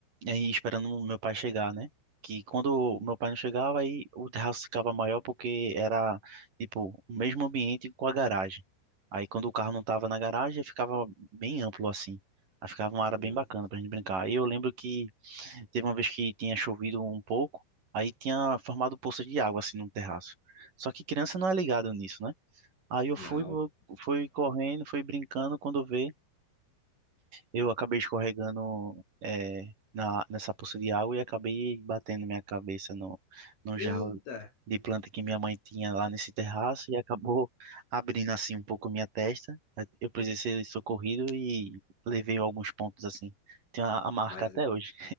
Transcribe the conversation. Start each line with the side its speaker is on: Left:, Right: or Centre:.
Right: aí esperando o meu pai chegar, né? Que quando o meu pai não chegava, aí o terraço ficava maior porque era, tipo, o mesmo ambiente com a garagem. Aí quando o carro não tava na garagem, ficava bem amplo assim. Aí ficava uma área
Left: Não,
Right: bem bacana pra gente brincar. Aí eu lembro que teve uma vez que tinha chovido um pouco, aí tinha formado poça de água assim no terraço. Só que criança não é ligada nisso, né? Aí eu
Left: não.
Right: fui, fui correndo, fui brincando, quando vê eu acabei escorregando é, na, nessa poça de água e acabei batendo minha cabeça no, no
Left: Eita!
Right: jarro de planta que minha mãe tinha lá nesse terraço e acabou abrindo assim um pouco minha testa. Eu precisei ser socorrido e levei alguns pontos assim. Tem a, a marca
Left: Mas,
Right: até hoje.